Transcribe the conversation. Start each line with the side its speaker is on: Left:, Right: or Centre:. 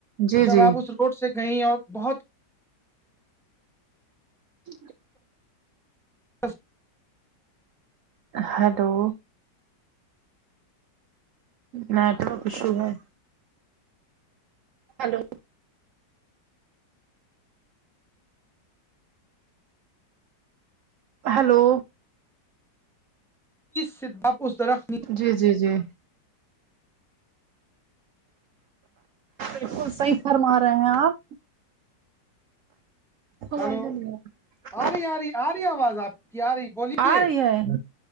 Right: جی
Centre: تو جب
Right: جی
Centre: آپ اس روڈ سے گئیں اور بہت
Right: ٹھیک ہے
Centre: <unintelligible>
Right: ہیلو نیٹورک ایشو ہے ہیلو ہلو
Centre: سے باپ اس درخت نہیں
Right: جی جی جی بالکل صحیح فرما رہے ہیں آپ ہ
Centre: ہلو
Right: دنواد
Centre: آ رہی آ رہی آ رہی آواز آپ کی آ رہی بولیے
Right: آ رہی ہے